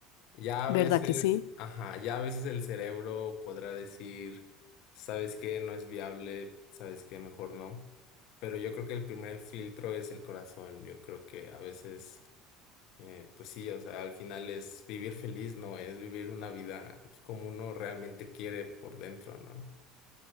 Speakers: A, on the left; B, on the left.
A: Ya a
B: ¿Verdad
A: veces,
B: que sí?
A: ajá, ya a veces el cerebro podrá decir, ¿sabes qué? No es viable, ¿sabes qué? Mejor no. Pero yo creo que el primer filtro es el corazón. Yo creo que a veces eh, pues sí, o sea, al final es vivir feliz, ¿no? Es vivir una vida pues, como uno realmente quiere por dentro, ¿no?